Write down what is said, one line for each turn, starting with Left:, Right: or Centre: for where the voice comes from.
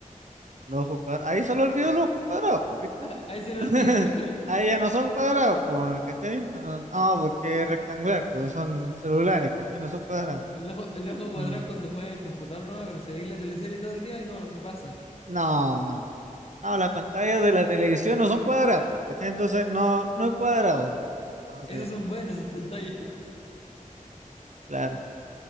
Right: Los ojos cuadrados. Ahí se le olvidó los ojos cuadrados, pues, ¿viste?
Left: <laughs> Ahí se
Right: <laughs>
Left: le olvida, claro.
Right: Ahí ya no son cuadrados, pues, ¿cachai? No, no, porque es rectangular, pues son celulares, ¿cachai? No son cuadrados.
Left: El ojo, el ojo cuadrado
Right: Mm.
Left: cuando juega en el computador no, pero se ve la teleserie todo el día y no, no pasa.
Right: No, no. No, las pantallas de la televisión no son cuadradas, pues, ¿cachai? Entonces no, no es cuadrado. Ah,
Left: Esos
Right: sí,
Left: son buenos, esas pantallas. <laughs>
Right: claro.